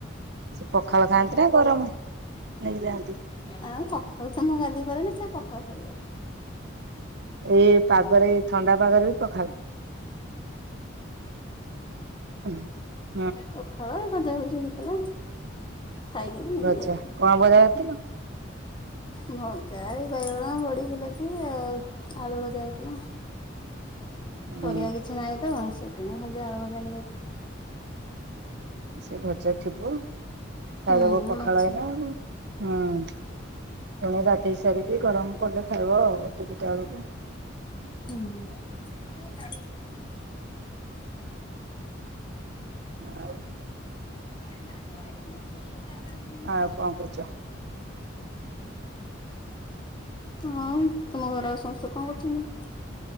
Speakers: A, on the right; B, on the left.
A: ସେ ପଖାଳ ଖାଆନ୍ତି ନା ଗରମ ନେଇକି ଯାଆନ୍ତି?
B: ହୁଁ ସଖାଳୁ ତ ମୁଁ ଗାଧେଇ ପାରେନି, ସେ ପଖାଳ ଖାଇକି ଯାଆନ୍ତି।
A: ଏ ପାଗରେ ଏ ଥଣ୍ଡା ପାଗରେ ବି ପଖାଳ। ହୁଁ।
B: ପଖାଳ ଏ ଭଜାଭଜି ହେଇଥିଲା। ଖାଇକି ନା ନେଇକି
A: ଭଜା
B: ଯାଇଛନ୍ତି,
A: କଣ ଭଜା କରିଥିଲ?
B: ହୁଁ। ଭଜା ଏଇ ବାଇଗଣ, ବଡି, ବିଲାତି ଆଉ ଆଳୁ ଭଜା ହେଇଥିଲା।
A: ହୁଁ
B: ପରିବା କିଛି ନାହିଁ ତ, ସେଥିପାଇଁ ଖାଲି ଆଳୁ ଭଜା ଖାଲି ହେଇଚି।
A: ସେ ଭଜା ଥିବ,
B: ହୁଁ
A: ଖାଇଦବ ପଖାଳ
B: ଅଛି।
A: ଏଇନା ଆଉ। ହୁଁ ତମେ ଗାଧେଇ ସାରିକି ଗରମ କଲେ ଖାଇବ ଆଉ, ଗୋଟେ ଦିଟା ବେଳକୁ।
B: ହୁଁ। <inaudible>
A: ଆଉ
B: <inaudible>
A: ଆଉ କଣ କରୁଛ?
B: ଆଉ ତମ ଘରେ ଆଉ ସମସ୍ତେ କଣ କରୁଛନ୍ତି?